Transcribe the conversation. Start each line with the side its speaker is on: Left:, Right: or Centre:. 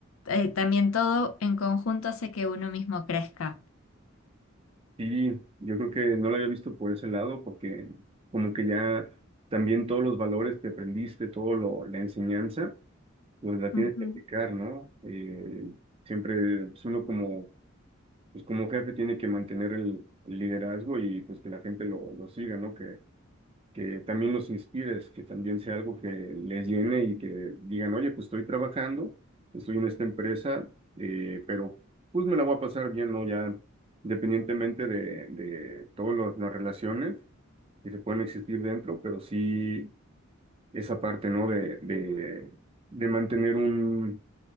Left: eh, también todo en conjunto hace que uno mismo crezca.
Right: Sí, yo creo que no lo había visto por ese lado, porque como que ya también todos los valores que aprendiste, todo lo, la enseñanza, pues la tienes
Left: Ujú.
Right: que aplicar, ¿no? Eh, siempre pues, uno como, pues como jefe tiene que mantener el, el liderazgo y pues que la gente lo, lo siga, ¿no? Que que también los inspires, que también sea algo que les llene y que digan, oye, pues estoy trabajando, estoy en esta empresa, eh, pero pues me la voy a pasar bien, ¿no? Ya independientemente de, de todas las relaciones que se pueden existir dentro, pero sí esa parte, ¿no? De, de, de mantener un,